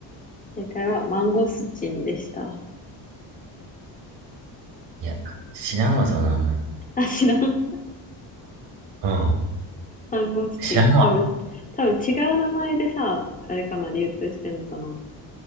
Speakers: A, on the left; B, on the right.
A: 正解はマンゴスチンでした。
B: いや、知らんわ、その名前。
A: あ、知らん
B: うん。
A: サンゴスチン。
B: 知らんわ。
A: 多分、多分違う名前でさ、あれかな、流通してんのかな。